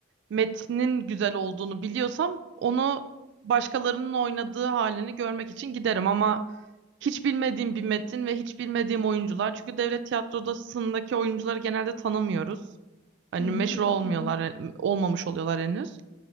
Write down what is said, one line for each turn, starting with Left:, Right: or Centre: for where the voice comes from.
Right: metnin güzel olduğunu biliyorsam onu başkalarının oynadığı halini görmek için giderim ama hiç bilmediğim bir metin ve hiç bilmediğim oyuncular çünkü devlet tiyatrosundaki oyuncuları genelde tanımıyoruz. Hani
Left: hı hı
Right: meşhur olmuyorlar,
Left: hı hı.
Right: e, olmamış oluyorlar henüz.